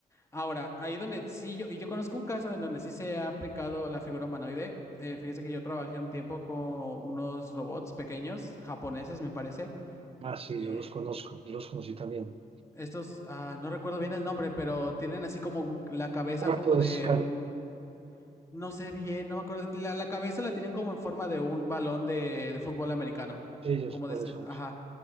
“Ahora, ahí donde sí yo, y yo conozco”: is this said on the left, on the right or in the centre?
Left